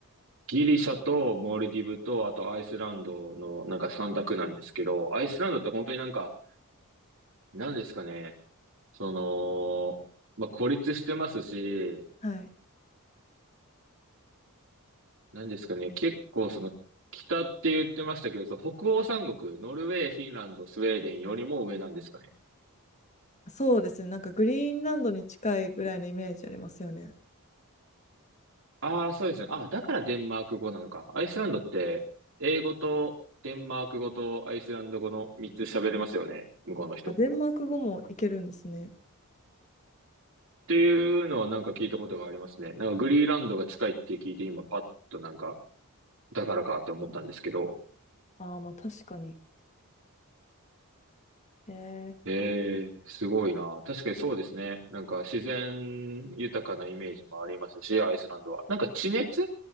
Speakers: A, on the right (about 65°); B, on the left (about 35°).
A: ギリシャとモルディブと、あとアイスランドのなんか三択なんですけど、アイスランドって本当になんか、なんですかね。その、まあ、孤立してますし、
B: はい。
A: なんですかね、結構その北って言ってましたけど、その北欧三国、ノルウェー、フィンランド、スウェーデンよりも上なんですかね。
B: そうですね。なんかグリーンランドに近いぐらいのイメージありますよね。
A: ああ、そうですね。ああ、だからデンマーク語なのか。アイスランドって英語とデンマーク語とアイスランド語の3つ喋れますよね、向こうの人。
B: あ、デンマーク語もいけるんですね。
A: っていうのはなんか聞いたことがありますね。なんかグリーランドが近いって聞いて今パッとなんか、だからかと思ったんですけど、
B: ああ、まあ確かに。えー、
A: ええ、すごいな。確かにそうですね。なんか自然豊かなイメージもありますし、アイスランドは。なんか地熱